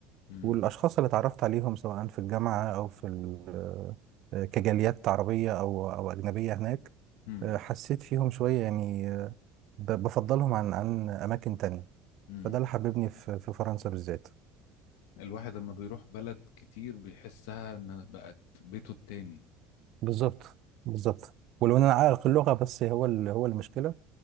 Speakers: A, on the left; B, on the right.
A: امم
B: والأشخاص اللي اتعرفت عليهم سواء في الجامعة أو في ال- آه، كجاليات عربية أو أو أجنبية هناك
A: امم
B: آه، حسيت فيهم شوية يعني آه، ب- بفضلهم عن عن أماكن تانية
A: امم
B: فده اللي حببني في في فرنسا بالذات
A: الواحد لما بيروح بلد كتير بيحسها إن بقت بيته التاني
B: بالظبط بالظبط ولو إن أنا عائق اللغة بس هو ال- هو المشكلة